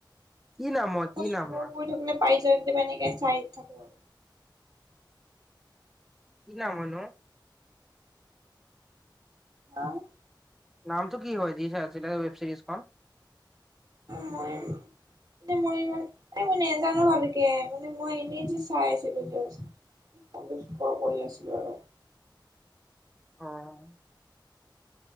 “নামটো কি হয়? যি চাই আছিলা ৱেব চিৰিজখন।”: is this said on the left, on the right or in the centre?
Centre